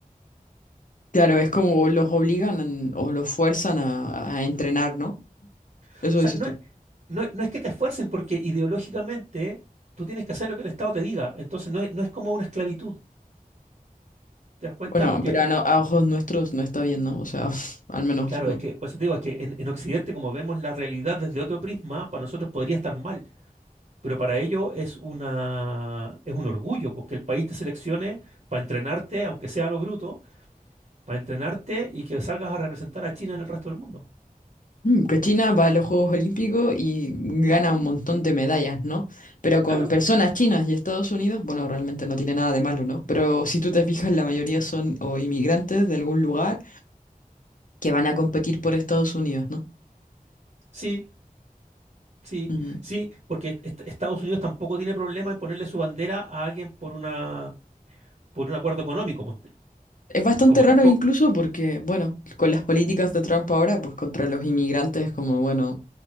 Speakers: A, on the left; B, on the right.
A: Claro, es como los obligan o los fuerzan a, a entrenar, ¿no?
B: O
A: Eso
B: sea,
A: dices
B: no
A: tú.
B: es, no, es no es que te esfuercen porque ideológicamente tú tienes que hacer lo que el Estado te diga. Entonces no es, no es como una esclavitud, ¿te das cuenta?
A: Bueno,
B: Porque
A: pero
B: el,
A: a, no- a ojos nuestros no está bien, ¿no? O sea, <laughs> al menos
B: claro,
A: no.
B: es que, por eso te digo, es que en, en Occidente, como vemos la realidad desde otro prisma, para nosotros podría estar mal. Pero para ellos es una, es un orgullo, porque el país te seleccione para entrenarte, aunque sea a lo bruto, para entrenarte y que salgas a representar a China en el resto del mundo.
A: Mm, Que China va a los Juegos Olímpicos y gana un montón de medallas, ¿no? Pero con
B: Claro,
A: personas chinas y Estados Unidos, bueno, realmente no tiene nada de malo, ¿no? Pero si tú te fijas, la mayoría son o inmigrantes de algún lugar que van a competir por Estados Unidos, ¿no?
B: sí, Sí,
A: Mm,
B: sí, porque est- Estados Unidos tampoco tiene problema en ponerle su bandera a alguien por una por un acuerdo económico, ponte.
A: Es bastante
B: Como
A: raro
B: tampoco.
A: incluso porque, bueno, con las políticas de Trump ahora, pues contra los inmigrantes es como, bueno,